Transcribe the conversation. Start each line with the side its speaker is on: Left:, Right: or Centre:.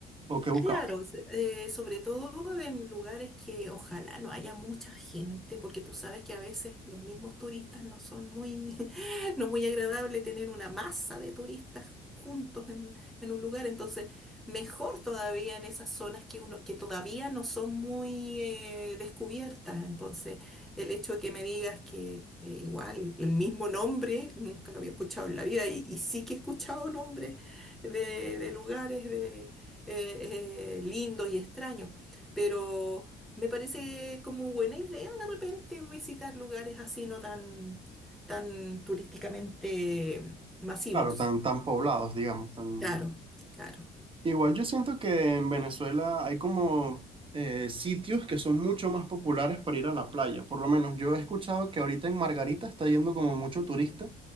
Right: o qué buscas.
Centre: Claro, se- eh, sobre todo en lugares que ojalá no haya mucha gente, porque tú sabes que a veces los mismos turistas no son muy, <laughs> no es muy agradable tener una masa de turistas juntos en, en un lugar, entonces mejor todavía en esas zonas que uno, que todavía no son muy eh, descubiertas, entonces el hecho de que me digas que eh, igual el mismo nombre, nunca lo había escuchado en la vida y, y sí que he escuchado nombres de, de lugares de eh, eh, lindos y extraños, pero me parece como buena idea de repente visitar lugares así no tan, tan turísticamente masivos.
Right: Claro, tan, tan poblados, digamos, tan...
Centre: Claro, claro.
Right: Igual yo siento que en Venezuela hay como eh, sitios que son mucho más populares para ir a la playa. Por lo menos yo he escuchado que ahorita en Margarita está yendo como mucho turista,